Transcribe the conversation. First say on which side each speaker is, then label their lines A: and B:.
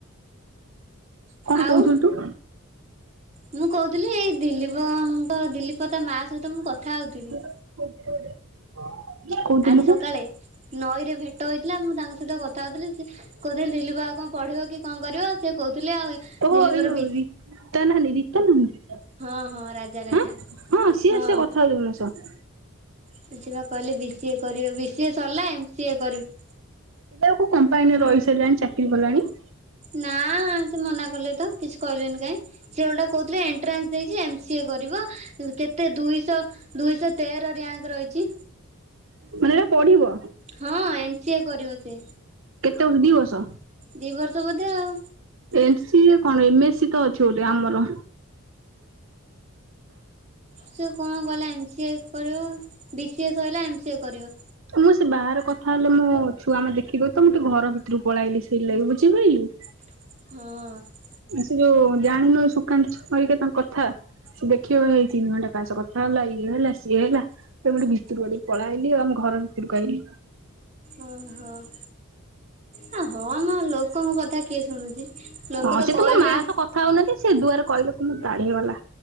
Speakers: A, on the right; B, on the right.
A: କଣ
B: ଆଉ
A: କହୁ ଥିଲୁ ତୁ।
B: ମୁଁ କହୁଥିଲି ଏଇ ଦିଲୀପଙ୍କ ଦିଲୀପ ତା ମା ସହିତ ମୁଁ କଥା ହଉଥିଲି।
A: <unintelligible> କହୁଥିଲୁ
B: ଆଜି
A: ବା
B: ସକାଳେ। ନଈରେ ଭେଟ ହେଇଥିଲା ମୁଁ ତାଙ୍କ ସହିତ କଥା ହଉଥିଲି ସେ କହୁଥିଲେ ଦିଲୀପ ଆଉ କଣ ପଢିବ କି କଣ କରିବ। ସିଏ କହୁଥିଲେ ଆଉ।
A: ଓ
B: ଦିଲୀପର
A: ଏଇ ଯୋଉ
B: ବି
A: ରୀତା ନାନୀ ରୀତା ନାନୀ।
B: ହଁ ହଁ ରାଜା ରାଜା
A: ହଁ ସିଏ
B: ହଁ।
A: ସିଏ କଥା ହେଇଛନ୍ତି ମୋ ଶହ।
B: ସିଏ ବା କହିଲି ବି ସି ଏ କରିବ ବି ସି ଏ ସରିଲା ଏମ ସି ଏ କରିବ।
A: ସେ ବା କୋଉ କମ୍ପାନୀରେ ରହି ସାଇଲାଣି ଚାକିରି କଲାଣି।
B: ନାଁ ସେ ମନା କଲେ ତ କିଛି କଇଲେନି କାଇଁ। ସିଏ ଓଲ୍ଟା କହୁଥିଲେ ଏଣ୍ଟ୍ରାନ୍ସ ଦେଇଛି ଏମ୍ ସି ଏ କରିବ। କେତେ ଦୁଇଶ ଦୁଇଶ ତେର ରିୟାଙ୍କ ରହିଛି।
A: ମାନେ ଏଇନା ପଢିବ।
B: ହଁ ଏମ ସିଏ କରିବ ସେ
A: କେତେ ବର୍ଷ ଦିି ବର୍ଷ।
B: ଦି ବର୍ଷ ବୋଧେ ଆଉ।
A: ଏମ୍ ସି ଏ କଣ ଏମ୍ ଏ ସି ତ ଅଛି ଗୋଟେ ଆମର।
B: ସିଏ କଣ କଇଲା ଏମ୍ ସି ଏ କରିବ ବି ସି ଏ ସରିଲା ଏମ୍ ସି ଏ କରିବ।
A: ମୁଁ ସେ ବାହାରେ କଥା ହେଲେ ମୋ ଛୁଆ ମା ଦେଖି ଦଉଚି ତ ମୁଁ ଟିକେ ଘର ଭିତରୁକୁ ପଳେଇ ଆଇଲି ସେଇ ଲାଗି ‌ ବୁଝି ପାଇଲୁ।
B: ହଁ।
A: ସେ ଯୋଉ ଜାଣିନୁ ସୁକାନ୍ତି ଛୋପରିଙ୍କ ତାଙ୍କ କଥା ସେ ଦେଖିବ ହେଇ ତିନି ଘଣ୍ଟା କାହା ସହ କଥା କଥା ହେଲା ଇଏ ହେଲା ସିଏ ହେଲା ସେ ମୁଁ ଟିକେ ଭିତର ଆଡୁ କୁ‌ ପଳେଇ ଆମ ଘର ଭିତରକୁ ଆଇଲି।
B: ଓ ହୋ ‌ ହେ ହଁ ମ ଲୋକଙ୍କ କଥା କିଏ ଶୁଣୁଛି ଲୋକ
A: ହଁ
B: ତ
A: ସେ
B: କହିବେ।
A: ମୋ ମା ସହ କଥା ହଉନ କି ସେ ଦୁଆରେ କହିଲେ କଁ ମୋର ତାଡି ହେଇ ଗଲା।